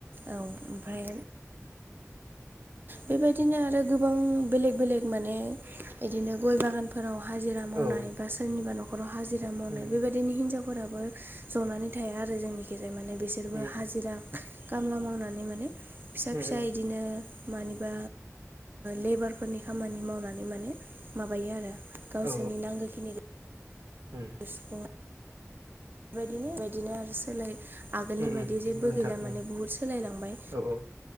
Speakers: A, on the right (about 40°); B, on the right (about 80°).
A: औ ओमफ्राय बेबायदिनो आरो गोबां बेलेक बेलेक माने बिदिनो गय बागान फोराव हाजिरा मावनाय
B: औ
A: बा सोरनिबा न'खराव हाजिरा मावनाय
B: उम
A: बेबायदिनो हिनजाव फोराबो जनानै थाया आरो जोंनिखि जाया माने बिसोरबो
B: उम
A: हाजिरा खामला मावनानै माने फिसा
B: उम
A: फिसा
B: उम
A: इदिनो मानिबा लेबारफोरनि खामानि मावनानै माने माबायो आरो गावसोरनि
B: औ
A: नांगौखिनिखौ
B: उम
A: <inaudible> बेबायदिनो बेबायदिनो आरो सोलाय आगोलनि
B: उम
A: बायदि
B: उम
A: जेबो
B: नंगौ नोंथां
A: गैला
B: उम
A: माने बहुत सोलायलांबाय
B: औ औ